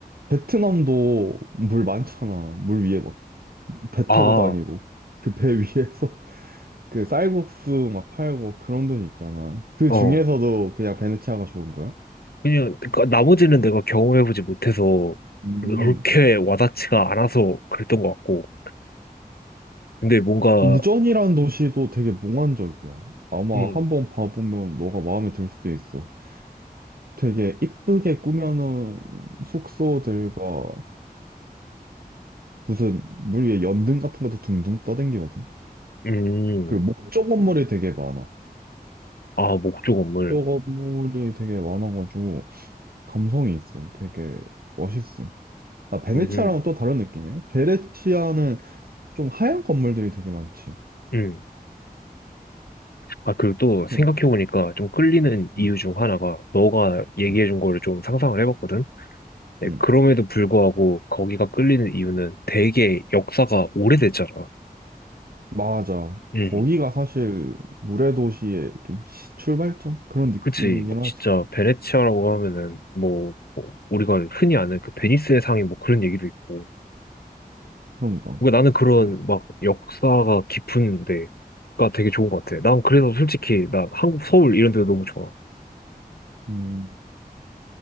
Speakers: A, on the right (about 70°); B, on the left (about 75°).
A: 베트남도 물 많잖아. 물 위에 막 배
B: 아,
A: 타고 다니고, 그 배 위에서 <laughs> 그 쌀국수 막 팔고 그런 도시 있잖아. 그
B: 어.
A: 중에서도 그냥 베네치아가 좋은 거야?
B: 그냥, 그러니까 나머지는 내가 경험해보지 못해서
A: 음.
B: 그렇게 와닿지가 않아서 그랬던 것 같고. 근데 뭔가,
A: 우전이라는 도시도 되게 몽환적이야. 아마
B: 음,
A: 한번 봐보면 너가 마음에 들 수도 있어. 되게 이쁘게 꾸며놓은 숙소들과 무슨 물 위에 연등 같은 것도 둥둥 떠댕기거든.
B: 음,
A: 그리고 목조 건물이 되게 많아.
B: 아, 목조 건물.
A: 목조 건물이 되게 많아가지고 감성이 있어. 되게 멋있음. 아, 베네치아랑은
B: 음, 음.
A: 또 다른 느낌이네. 베네치아는 좀 하얀 건물들이 되게 많지.
B: 음. 아, 그리고 또 생각해보니까
A: 네.
B: 좀 끌리는 이유
A: 음,
B: 중 하나가 너가 얘기해준
A: 음,
B: 거를 좀 상상을 해봤거든? 네,
A: 음.
B: 그럼에도 불구하고 거기가 끌리는 이유는 되게 역사가 오래됐잖아.
A: 맞아.
B: 음,
A: 거기가 사실 물의 도시의 좀 시- 출발점? 그런 느낌이긴
B: 그치. 진짜
A: 하지.
B: 베네치아라고 하면은 뭐, 뭐 우리가 흔히 아는 그 베니스의 상이 뭐 그런 얘기도 있고.
A: 그런가.
B: 그러니까 나는 그런
A: 음,
B: 막 역사가 깊은 데가 되게 좋은 것 같아. 난 그래서 솔직히 나 한국 서울 이런 데도 너무 좋아.
A: 음,